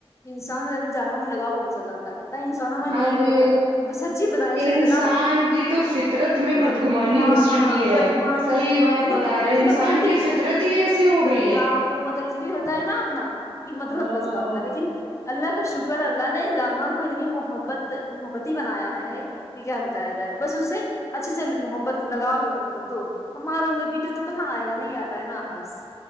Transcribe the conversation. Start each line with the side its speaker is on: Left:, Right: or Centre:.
Left: انسانوں جانوروں میں لگؤ بہت زیادہ رہتا ہے انسانوں میں نہیں
Right: ارے
Left: ہوتا ب سچی بت رہ سے
Right: انسان
Left: اتنا
Right: کی تو فطرت میں
Left: پ
Right: بدگمانی
Left: ہاں
Right: گھس چکی ہے
Left: بد
Right: اب
Left: گمانی
Right: صحیح بات
Left: اتنی
Right: بتا رہے انسان
Left: مطلبی
Right: کی فطرت ہی ایسی ہو گئی ہے
Left: ہاں وہ مطلبی ہوتا ہے نا اپنا کہ مطلب
Right: ہاں
Left: کزرا ہوتا ہے لیکن اللہ کا شکر اللہ نے جانور کو اتنی محبت محبتی بنایا ہے کہ کیا بتایا جائے بس اسے اچھے سے محبت لگا رکھو تو ا مارو گے بیٹے تو اں آئے گا نہیں آتا ہے نا آ پاس